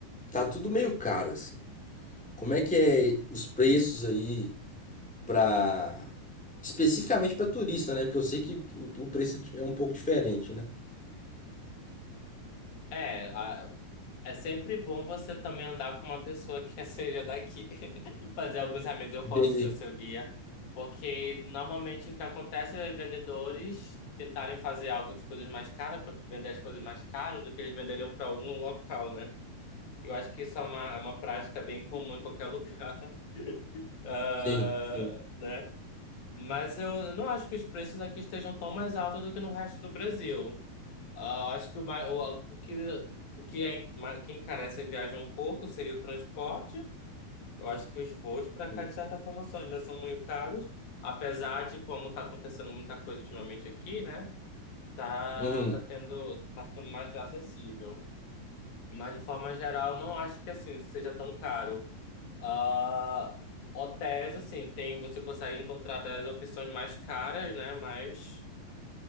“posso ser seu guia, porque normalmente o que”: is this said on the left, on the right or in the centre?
Left